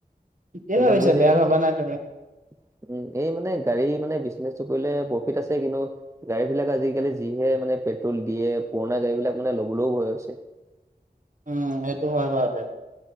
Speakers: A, on the right; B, on the right.
A: ঠিকেই
B: <unintelligible>
A: ভাবিছা বেয়া ভাবা নাই তুমি
B: উম, এই মানে গাড়ী মানে বিজনেচটো কৰিলে প্ৰফিট আছে কিন্তু গাড়ীবিলাক আজিকালি যিহে পেট্ৰল দিয়ে দিয়ে পুৰণা গাড়ী বিলাক মানে ল'বলেও ভয় হৈছে।
A: উম, এইটো হয় বাৰুতে।